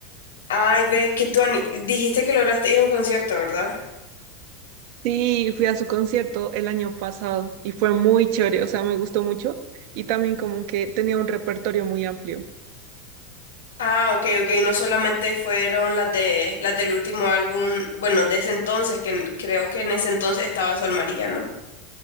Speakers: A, on the left; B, on the right.
A: Ay, ve que tú ani- dijiste que lograste ir a un concierto, ¿verdad?
B: Sí, fui a su concierto el año pasado y fue muy chévere, o sea, me gustó mucho y también como que tenía un repertorio muy amplio.
A: Ah, ok, ok. No solamente fueron las de las del último álbum, bueno, de ese entonces, que en- creo que en ese entonces estaba Sol María, ¿no?